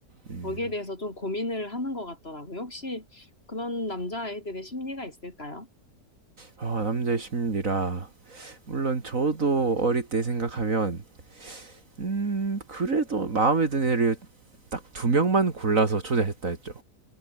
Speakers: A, on the right; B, on the left.
A: 음,
B: 거기에 대해서 좀 고민을 하는 것 같더라고요. 혹시 그런 남자아이들의 심리가 있을까요?
A: 아, 남자의 심리라 물론 저도 어릴 때 생각하면 음 그래도 마음에 드는 애를 딱 두 명만 골라서 초대했다 했죠.